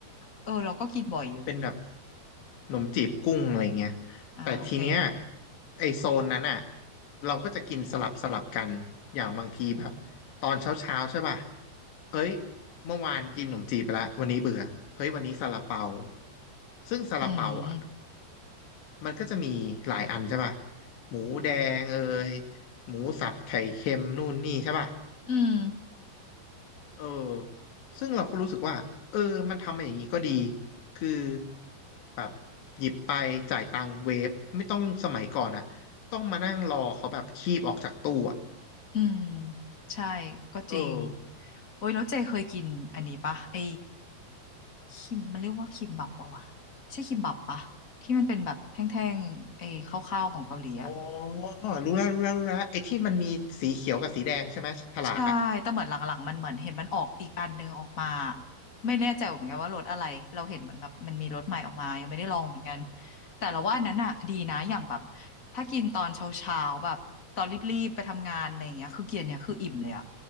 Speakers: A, on the left (about 40°); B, on the left (about 85°).
A: เออเราก็กินบ่อยอยู่
B: เป็นแบบขนมจีบกุ้งอะไรเงี้ย
A: อ่าโอเค
B: แต่ทีเนี้ยไอโซนนั้นอ่ะเราก็จะกินสลับสลับกันอย่างบางทีแบบตอนเช้าเช้าใช่ป่ะเอ้ยเมื่อวานกินขนมจีบไปละวันนี้เบื่อเฮ้ยวันนี้ซาลาเปาซึ่งซาลาเปาอ่ะ
A: อืม
B: มันก็จะมีหลายอันใช่ป่ะหมูแดงเอยหมูสับไข่เค็มนู่นนี่ใช่ป่ะ
A: อืม
B: เออซึ่งเราก็รู้สึกว่าเออมันทำมาอย่างนี้ก็ดี คือแบบหยิบไปจ่ายตังค์เวฟไม่ต้องสมัยก่อนอะต้องมานั่งรอเขาแบบคีบออกจากตู้อะ
A: อืมใช่ก็จริง
B: เออ
A: โอ้ยแล้วเจเคยกินอันนี้ปะไอคิมมันเรียกว่าคิมบับปะวะใช่คิมบับปะที่มันเป็นแบบแท่งๆไอข้าวๆของเกาหลีอะ
B: อ๋อ รู้แล้วรู้แล้วรู้แล้วไอ้ที่มันมีสีเขียวกับสีแดงใช่ไหมฉลากอะ
A: ใช่ แต่เหมือนหลังๆมันเหมือนเห็นมันออกอีกอันนึงออกมาไม่แน่ใจเหมือนกันว่ารถอะไรเราเห็นเหมือนแบบมันมีรถใหม่ออกมายังไม่ได้ลองเหมือนกันแต่เราว่าอันนั้นอ่ะดีนะอย่างแบบถ้ากินตอนเช้าๆแบบตอนรีบๆไปทำงานอะไรอย่างเงี้ยคือกินเนี่ยคืออิ่มเลยอ่ะ